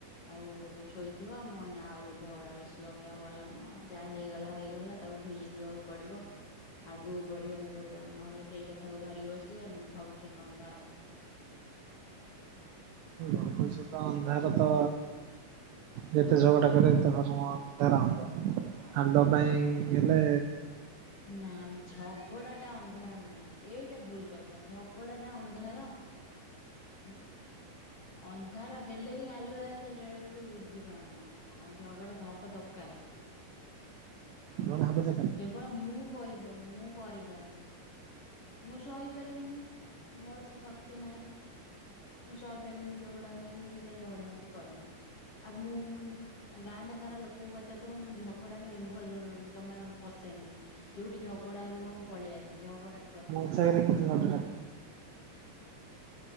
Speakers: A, on the left; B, on the right.
A: ଆଉ ଶୋଇଥିବ ମୁଁ କଇନି ଆଉ ଝଗଡା ବେଶୀ ଲଗେଇବା ଭଲ ନୁହଁ ଯାହା ହେଇଗଲା ହେଇଗଲା। ତାକୁ ଭୁଲି ଯିବାକୁ ପଡିବ ଆଗକୁ ବଢିବାକୁ ପଡିବ ନହେଲେ ସେଇ କଥାକୁ ଧରିକି ବ ସିଲେ ଭବିଷ୍ୟତ ଅନ୍ଧାର।
B: ଭାବିଷତ ଅନ୍ଧାର ତ। ଯେତେ ଝଗଡା କରିବ ସେତେ ହରମନ ଅନ୍ଧାର ହବ। ହାଲ ପାଇଁ ଗଲେ
A: ନା ଝଗଡ଼ା ଟା ଅନ୍ଧାର ନୁହଁ। ଏଇଟା ଭୁଲ କହିଲ ଝଗଡା ଟା ଅନ୍ଧାର ଉଁ। ଅନ୍ଧାର ହେଲେ ହିଁ ଆଲୁଅ ଆସେ ସେଇଟା ବେଳେ ତ ବୁଝି ପାରୁନ। ହଁ ଝଗଡା ଦହବା ହବା ଦରକାର।
B: ମୋର ହାତ ତେକନି।
A: କେବଳ ମୁଁ କରିପାରୁ, ମୁଁ କରିପାରୁନି। ମୁଁ ସହିପାରିବିନି, ମୋର ସେ ଶକ୍ତି ନାହିଁ। ମୁଁ ସହିପାରିବିନି ଝଗଡା କରିକି, ମୁଁ ସେଇଥିପାଇଁ ଝଗଡା ଝାଣ୍ଟି କରେନି, ଆଉ ମୁଁ ଗାଁ ଟା ସାରା ଲୋକଙ୍କୁ ପଚାରିଦବ, ମୁଁ ଝଗଡାର ଇନଭଲବ୍ ରହୁନି, ଜମା ପଶେନି। ଯୋଉଠି ଝଗଡା ହୋଉଥିବା ମୁଁ ପଳେଇ ଆସେ, ଝଗଡା ରେ ପଶ୍
B: ଦେଖାକରିକି ଯିବା କଥା।